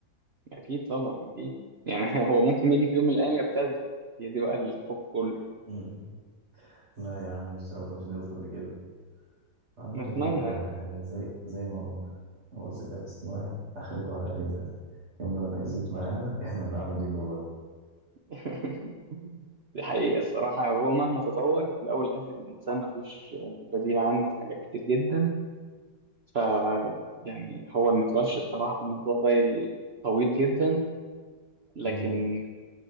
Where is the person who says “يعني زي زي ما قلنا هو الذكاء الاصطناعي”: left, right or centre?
Right